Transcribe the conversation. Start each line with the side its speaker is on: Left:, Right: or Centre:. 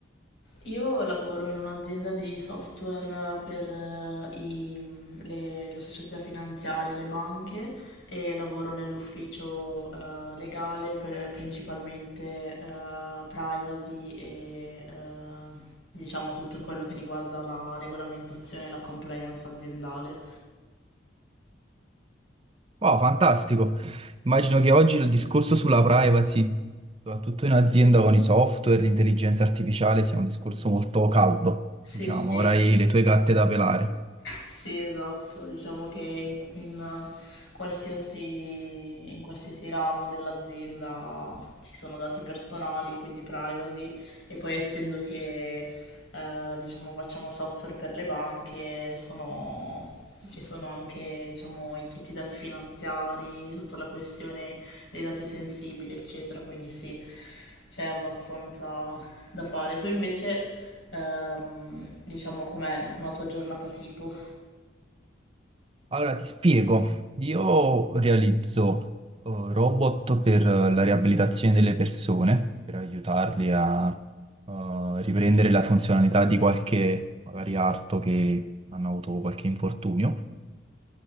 Left: Io lavoro in un'azienda di software eh, per eh, i- le, le società finanziarie, le banche e lavoro nell'ufficio eh, legale per principalmente eh, privacy e eh, diciamo tutto quello che riguarda la regolamentazione e la compliance aziendale.
Right: Wow, fantastico! Immagino che oggi il discorso sulla privacy, soprattutto in azienda con i software, l'intelligenza artificiale, sia un discorso molto caldo,
Left: Sì,
Right: diciamo,
Left: sì.
Right: avrai le tue gatte da pelare.
Left: Sì, esatto, diciamo che in, in eh, qualsiasi, in qualsiasi ramo dell'azienda ci sono dati personali, quindi privacy, e poi essendo che eh, diciamo, facciamo software per le banche, sono- ci sono anche diciamo, i- tutti i dati finanziari, tutta la questione dei dati sensibili, eccetera, quindi sì, c'è abbastanza da fare. Tu invece, ehm, diciamo, com'è una tua giornata tipo?
Right: Allora, ti spiego. Io realizzo eh, robot per eh, la riabilitazione delle persone, per aiutarli a eh, riprendere la funzionalità di qualche magari arto che hanno avuto qualche infortunio.